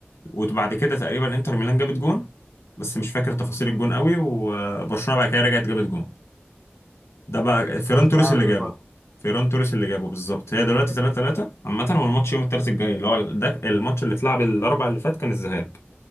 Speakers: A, on the left; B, in the centre.
A: وبعد كده تقريبا انتر ميلان جابت جون بس مش فاكر تفاصيل
B: مم.
A: الجون قوي وبرشلونه بعد كده رجعت جابت جون ده بقى فيران
B: خلص
A: توريس
B: تعادل
A: اللي جابه
B: برضه
A: فيران توريس اللي جابه بالظبط هي دلوقتي 3 3 عامه هو الماتش يوم الثلاث الجاي اللي هو ده الماتش اللي اتلعب الاربع اللي فات كان الذهاب